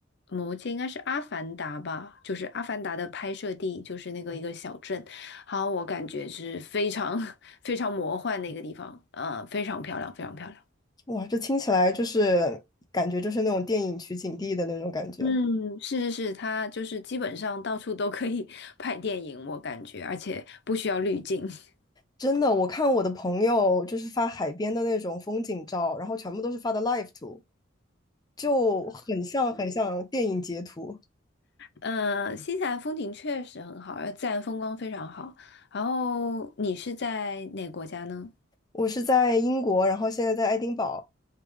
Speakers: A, on the left; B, on the left.
A: 魔界？应该是阿凡达吧，就是阿凡达的拍摄地就是那个一个小镇。好，我感觉是非常 <laughs> 非常魔幻的一个地方，呃，非常漂亮，非常漂亮。
B: 哇，这听起来就是感觉就是那种电影取景地的那种感觉。
A: 嗯，是是是，它就是基本上到处都可以 <laughs> 拍电影，我感觉，而且不需要滤镜。<laughs>
B: 真的，我看我的朋友就是发海边的那种风景照，然后全部都是发的 live 图，就很像很像电影截图。
A: 呃，新西兰风景确实很好，而自然风光非常好。然后你是在哪个国家呢？
B: 我是在英国，然后现在在爱丁堡，